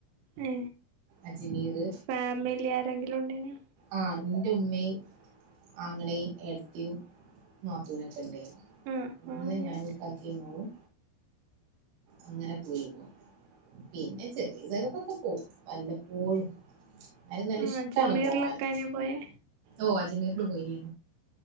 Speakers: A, on the right; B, on the right.
A: ഏ
B: അജ്മീര്
A: ഫാമിലി ആരെങ്കിലും ഉണ്ടേനോ
B: ആഹ് ൻ്റെ ഉമ്മേം ആങ്ങളേം ഏടത്തിയും നാത്തൂനൊക്കെ ണ്ടായിനി
A: ആ ആ
B: ഇന്ന്
A: അങ്ങനെ
B: ഞാനും ഇക്കാക്കിം മോളും അങ്ങനെ പോയിരുന്നു പിന്നെ ചെറിയ <unintelligible> പോവും വല്ലപ്പോഴും അയ്‌ന് നല്ല
A: ആ
B: ഇഷ്ടണ്
A: അജ്മീറിലൊക്കെ
B: പോവാന്
A: അയിന് പോയേ
B: ഓ അജ്മീറില് പോയിനി